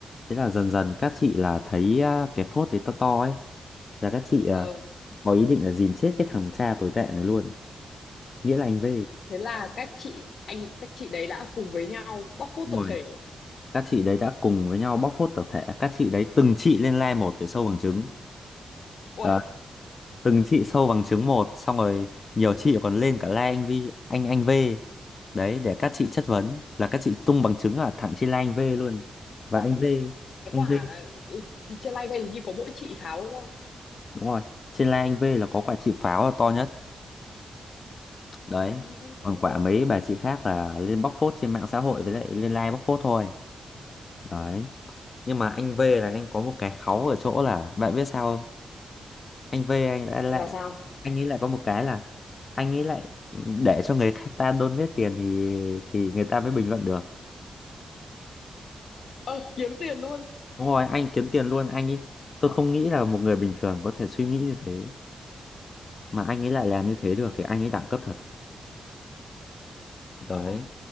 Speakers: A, on the left (about 50°); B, on the left (about 70°).
A: thế là dần dần các chị là thấy à, cái phốt đấy to to ấy là các chị à,
B: Ờ,
A: có ý định là dìm chết cái thằng cha tồi tệ này luôn nghĩa là anh V
B: thế là các chị anh các chị đấy đã cùng với nhau bóc phốt
A: Đúng
B: tập
A: rồi
B: thể.
A: các chị đấy đã cùng với nhau bóc phốt tập thể các chị đấy từng chị lên like một để sâu bằng chứng
B: Ôi,
A: Đấy, từng chị sâu bằng chứng một xong rồi nhiều chị còn lên cả like anh V anh anh V đấy để các chị chất vấn là các chị tung bằng chứng ở thẳng trên like anh V luôn và
B: không
A: anh V
B: cái
A: anh
B: quả
A: V
B: trên live hình như có mỗi chị pháo đúng không?
A: Đúng rồi, trên Lai Anh V là có quả chịu pháo là to nhất. Đấy.
B: Vãi.
A: Còn quả mấy bà chị khác là lên bóc phốt trên mạng xã hội với lại lên live bóc phốt thôi. Đấy. Nhưng mà anh V là anh có một cái kháu ở chỗ là bạn biết sao không? Anh V anh đã lại
B: Là sao?
A: anh nghĩ lại có một cái là anh nghĩ lại để cho người ta donate tiền thì thì người ta mới bình luận được.
B: Ờ, kiếm tiền luôn.
A: Đúng rồi, anh kiếm tiền luôn anh ý. Tôi không nghĩ là một người bình thường có thể suy nghĩ như thế mà anh ấy lại làm như thế được thì anh ấy đẳng cấp thật. Đấy.
B: Ôi,